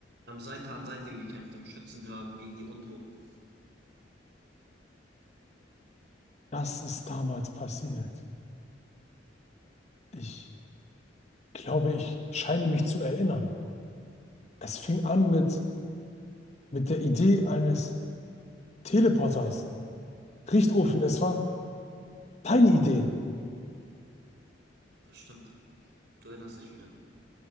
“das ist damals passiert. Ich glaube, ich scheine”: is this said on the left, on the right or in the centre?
Left